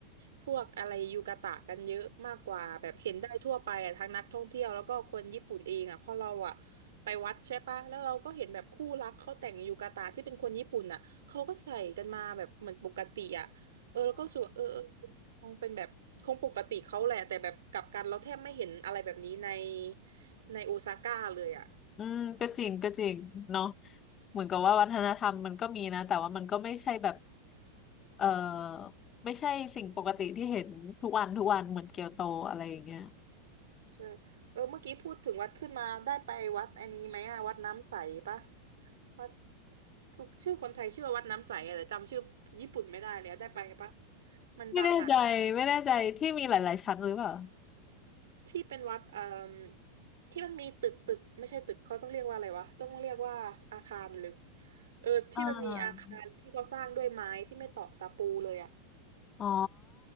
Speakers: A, on the right; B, on the left.
A: พวกอะไรยูกาตะกันเยอะมากกว่าแบบเห็นได้ทั่วไปอ่ะทั้งนักท่องเที่ยวแล้วก็คนญี่ปุ่นเองอ่ะเพอเราอ่ะไปวัดใช่ปะแล้วเราก็เห็นแบบคู่รักเขาแต่งยูกาตะที่เป็นคนญี่ปุ่นอ่ะเขาก็ใส่กันมาแบบเหมือนปกติอ่ะเออแล้วก็รู้สึกว่าเออเออคงเป็นแบบคงปกติเขาแหละแต่แบบกลับกันเราแทบไม่เห็นอะไรแบบนี้ใน ในโอซาก้าเลยอ่ะ
B: อืมก็จริงก็จริงเนาะเหมือนกับว่าวัฒนธรรมมันก็มีนะแต่ว่ามันก็ไม่ใช่แบบเออไม่ใช่สิ่งปกติที่เห็นทุกวันทุกวันเหมือนเกียวโตอะไรอย่างเงี้ย
A: ใช่เออเมื่อกี้พูดถึงวัดขึ้นมาได้ไปวัดอันนี้ไหมอะวัดน้ำใสปะวัดคือชื่อคนไทยชื่อว่าวัดน้ำใสอะแต่จำชื่อญี่ปุ่นไม่ได้เลยอะได้ไปปะมันดังอะ
B: ไม่แน่ใจไม่แน่ใจที่มีหลายๆชั้นหรือเปล่า
A: ที่เป็นวัดเอ่อที่มันมีตึกตึกไม่ใช่ตึกเขาต้องเรียกว่าอะไรวะต้องเรียกว่าอาคารหรือเออที่มันมีอาคารที่เขาสร้างด้วยไม้ที่ไม่ต่อตะปูเลยอะ
B: อ่าอ๋อ